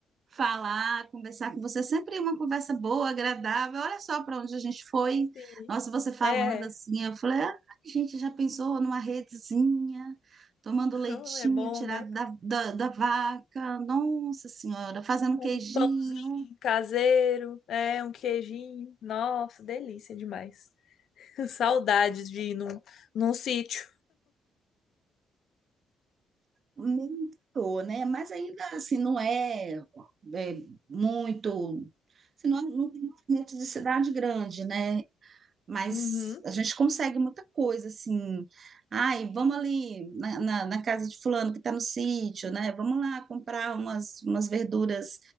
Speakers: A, on the right (about 50°); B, on the left (about 70°).
A: falar, conversar com você. É Sempre uma conversa boa, agradável. Olha só para onde a gente foi.
B: sim.
A: Nossa, você falando
B: É,
A: assim, eu falei, ah, a gente já pensou numa redezinha, tomando
B: <laughs>
A: leitinho
B: é bom,
A: tirado
B: né?
A: da, da, da vaca. Nossa Senhora, fazendo
B: Um
A: queijinho.
B: pão caseiro, é, um queijinho. Nossa, delícia demais. <laughs> Saudades de ir num, num sítio.
A: Nem tô, né? Mas ainda assim, não é, é muito. Assim, não, é, não tem movimento de cidade grande, né? mas
B: Uhum.
A: a gente consegue muita coisa, assim. Ai, vamos ali na, na, na casa de fulano que está no sítio, né? Vamos lá comprar umas, umas verduras.